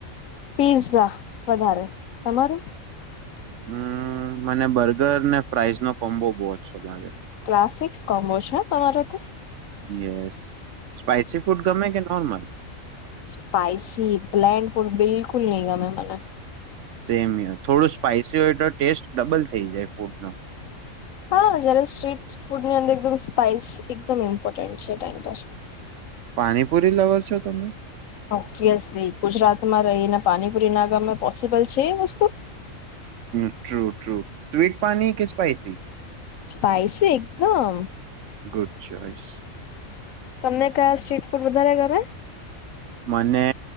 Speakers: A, on the left; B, on the right.
A: પીઝા વધારે તમારું
B: હમ્મ મને બર્ગર ને ફ્રાઈઝ નો કોમ્બો બહ ઓછો લાગે
A: ક્લાસિક કોમ્બોઝ છે તમારો તો
B: યસ સ્પાઈસી ફૂડ ગમે કે નોર્મલ
A: સ્પાઈસી પ્લેન ફૂડ બિલકુલ ફૂડ ની ગમે મને
B: સેમ હો થોડું સ્પાઈસી હોય તો ટેસ્ટ ડબલ થઈ જાય ફૂડ નો
A: હા જય્યારે સ્ટ્રીટ ફૂડની અંદર એકદમ સ્પાઈસ એકદમ ઇમ્પોર્ટન્ટ છે ટાઈઇમ પર
B: પાણીપુરી લવર છો તમે
A: ઓવિયસલી ગુજરાતમાં એના પાણીપુરી ના ગમે પોસિબલ છે એ વસ્તુ
B: ટ્રુ ટ્રુ સ્વીટ પાણી કે સ્પાઈસી
A: સ્પાઈસી એકદમ
B: ગુડ ચોઈસ
A: તમને કયા સ્ટ્રીટ ફૂડ વધારેા ગમે
B: મને